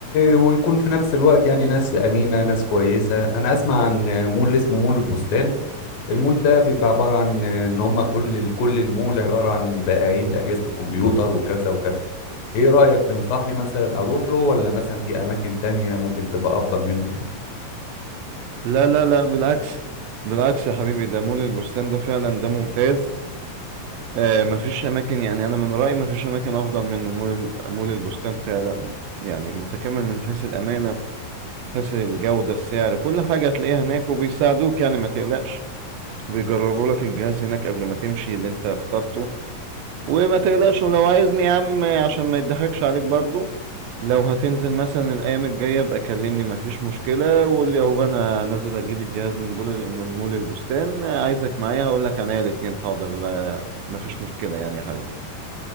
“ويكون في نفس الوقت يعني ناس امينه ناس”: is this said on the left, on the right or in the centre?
Left